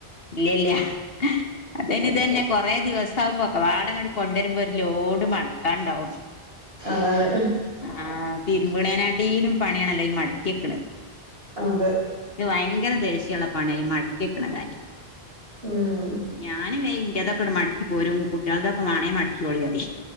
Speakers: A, on the left; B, on the right.
A: ഇല്ല്യല്ല്യാ അതന്നെ ഇതന്നേ. കൊറേ ദിവസാഉമ്പോ ക്കവാടങ്ങട് കൊണ്ടുവരുമ്പോ ഒരു ലോഡ് മടക്കാണ്ടാവും.
B: അതാണ്.
A: ആഹ് തിരുമ്പണേനാട്ടീലും പണിയാണല്ലോ ഈ മടക്കിയെക് ണത്.
B: അതെ
A: ക് ഭയ്ങ്കര ദേഷ്യള്ളപ്പണയാ ഈ മട്ക്കിയെക്കണ കാര്യം.
B: ഉം
A: ഞാൻ വേയ് ഇന്റതൊക്കട്മട്ക്കി പോരും കുട്ടികൾതൊക്കെ മാണേ മടക്കിയോളീയറി